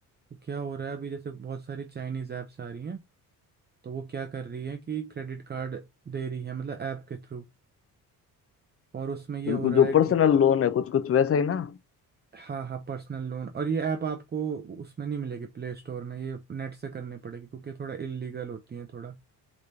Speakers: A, on the right; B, on the left.
A: तो क्या हो रहा है अभी जैसे बहुत सारी चाइनीज ऐप्स आ रही हैं तो वो क्या कर रही है कि क्रेडिट कार्ड दे रही है मतलब ऐप के थ्रू और उसमें ये
B: बिल्कुल
A: हो रहा
B: जो
A: है कि
B: पर्सनल लोन है कुछ कुछ वैसा ही ना
A: हाँ हाँ पर्सनल लोन और ये ऐप आपको उसमें नहीं मिलेगी प्ले स्टोर में ये नेट से करनी पड़ेगी क्योंकि ये थोड़ा इलीगल होती है थोड़ा तो